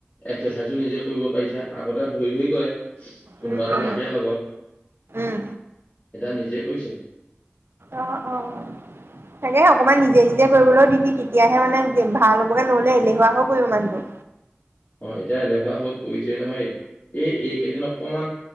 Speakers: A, on the left (about 40°); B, on the right (about 65°).
A: এক্সাৰচাইজ <unintelligible> নিজে কৰিব পাৰিছা আগতে ধৰি-ধৰি কয়ে। কোনোবা
B: উম
A: এটা
B: উম
A: লাগে লগত
B: উম
A: এতিয়া নিজে কৰিছে।
B: অ', অ', ছাগে অকমান নিজে নিজে কৰিবলৈ <unintelligible> এতিয়াহে মানে ভাল হ'বকে নহ'লে এলেহুৱাও কৰিব মানুহটো।
A: অ, এতিয়া এলেহুৱা হৈত পৰিছে নহয় এইট এই এইকেইদিন অকমান